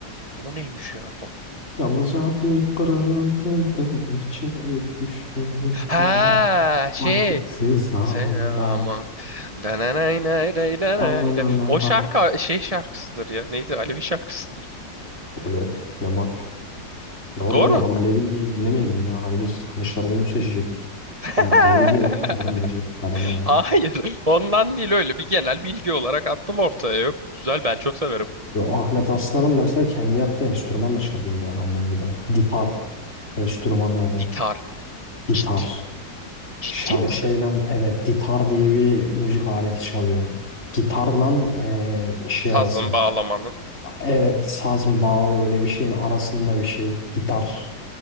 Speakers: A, on the right; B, on the left.
A: O neymiş ya bu?
B: Yalnızca bir pırıltıydı içine düştüğünde
A: Ha şey.
B: vakitsiz anda.
A: Sen aman. Dananay nay day danay
B: Aynen
A: day.
B: öyle
A: O
B: ha.
A: şarkı şey şarkısıdır ya. Neydi? Alevi şarkısıdır.
B: Evet ne var? Ne var
A: Doğru.
B: oğlum adam Alevi diye dinlemeyelim ya. Hani biz Kılıçdaroğlu'nu seçecektik.
A: <laughs>
B: Hani Alevi diye oyunu vermeyecektik
A: <laughs>
B: adama yani.
A: Hayır, ondan değil öyle bir genel bilgi olarak attım ortaya. Yok, güzel ben çok severim.
B: Yo, Ahmet Aslan'ın mesela kendi yaptığı enstrümanla çalıyor bu adam bunu bir de. Ditar enstrümanla adı.
A: Gitar.
B: Ditar.
A: Ciddi. Ciddi
B: Şa
A: misin?
B: şeyle evet ditar diye bir müzik aleti çalıyor. Gitarla eee şey
A: Sazın,
B: arası.
A: bağlamanın.
B: Evet saz mı bağlama öyle bir şeyin arasında bir şey. Ditar.